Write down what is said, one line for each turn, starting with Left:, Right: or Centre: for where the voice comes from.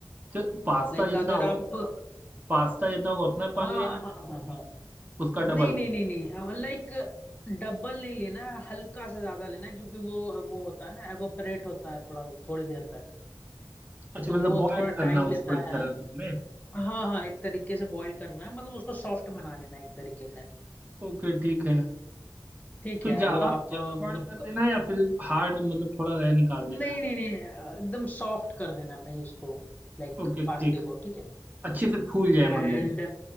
Right: चल पास्ता
Left: लाइक
Right: जितना
Left: अगर
Right: होगा
Left: आप
Right: उतना- पास्ता जितना होगा उतना पानी
Left: हाँ
Right: लेना
Left: हाँ
Right: है
Left: हाँ
Right: या
Left: हाँ
Right: फिर उसका
Left: नहीं
Right: डबल
Left: नहीं नहीं नहीं लाइक डबल नहीं लेना है हल्का सा ज्यादा लेना है क्योंकि वो वो होता है ना एवोपरेट होता है थोड़ा थोड़ी देर तक
Right: अच्छा
Left: तो
Right: मतलब
Left: वो
Right: बॉईल
Left: थोड़ा टाइम
Right: करना है
Left: लेता
Right: उसको एक
Left: है
Right: तरह से उसमें
Left: हाँ हाँ एक तरीके से बॉईल करना है मतलब उसको सॉफ्ट बना लेना है एक तरीके से
Right: ओके ठीक है
Left: ठीक
Right: तो
Left: है
Right: ज्यादा
Left: वो आप
Right: ज्यादा
Left: अ,
Right: बॉईल
Left: मतलब
Right: कर
Left: क-
Right: देना है या फिर हार्ड मतलब थोड़ा रह निकाल
Left: नहीं
Right: देना है
Left: नहीं नहीं अ, एकदम सॉफ्ट कर देना है भाई उसको लाइक
Right: ओके ठीक
Left: पास्ते को ठीक है
Right: अच्छे से फूल जाए
Left: एंड
Right: मतलब